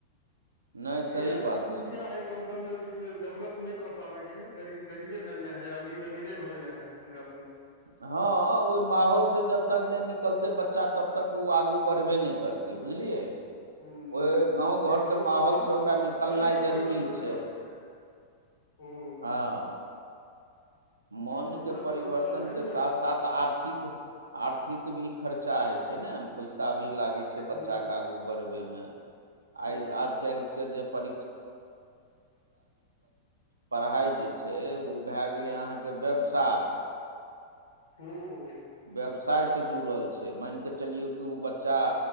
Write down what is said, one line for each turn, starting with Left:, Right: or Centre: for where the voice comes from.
Right: नहि सही
Left: इएह सब
Right: बात
Left: समस्या
Right: छै
Left: गाँं सब मे डेवलप नहि क पाबे छै गरीब गरीबे भ भेल जाय है अमीर अमीरे भल जाय है खननका
Right: हँ हँ ओहि माहौल से जबतक नहि निकलतै बच्चा तबतक ओ आगू बढ़बे नहि करतै बुझलियै
Left: हूँ
Right: ओहि
Left: कियाकि
Right: गाँव घरके माहौलसँ
Left: मन
Right: ओकरा निकलनाइ
Left: मन के
Right: जरूरी
Left: परिवर्तन
Right: छै
Left: करऽ पड़तै हूँ
Right: हँ मनके
Left: पन्द्रह
Right: परिवर्तनके
Left: सोलह साल भेल
Right: साथ
Left: ने
Right: साथ आर्थिक आर्थिक भी खर्चा होइ छै ने पैसा भी लागै छै
Left: हूँ
Right: बच्चाके आगू पढ़बे मे आ
Left: इएह
Right: आज काल के जे प पढ़ाई जे छै उ भै गेलय यै के व्यवसाय
Left: हूं
Right: व्यवसायसँ जुड़ल छै मानि कऽ चलियौ कि ओ बच्चा